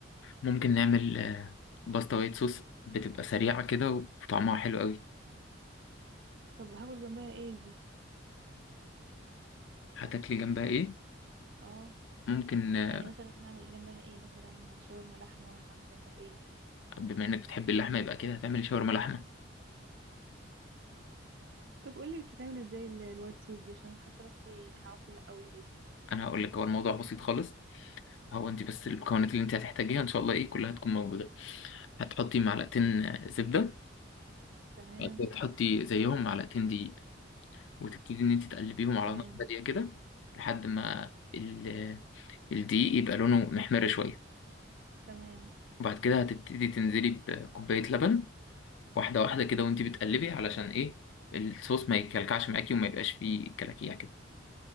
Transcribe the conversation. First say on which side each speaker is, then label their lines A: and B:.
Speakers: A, on the left; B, on the right.
A: ممكن نعمل آه، باستا وايت صوص بتبقى سريعة كده وطعمها حلو قوي
B: طب هاكل جنبها ايه دي
A: هتاكلي جنبها ايه
B: اه
A: ممكن آه،
B: يعني مثلا هعمل جنبها ايه مثلا شاورما لحمه هعمل جنبها ايه
A: بما انك بتحبي اللحمة يبقى كده هتعملي شاورما لحمة
B: طب قولي بتتعمل ازاي ال- الوايت صوص دي عشان أنا حاسه نفسي هعقل قوي فيها
A: انا هقول لك هو الموضوع بسيط خالص هو انت بس المكونات اللي انت هتحتاجيها ان شاء الله ايه كلها تكون موجوده هتحطي معلقتين آه، زبده
B: تمام
A: بعد كده تحطي زيهم معلقتين دقيق وتبتدي ان انت تقلبيهم على
B: تمام
A: نار هاديه كده لحد ما ال- الدقيق يبقى لونه محمر شويه
B: تمام
A: وبعد كده هتبتدي تنزلي بكوبايه لبن واحده واحده كده وانت بتقلبي علشان ايه الصوص ما يكلكعش معاكي وما يبقاش فيه كلاكيع كده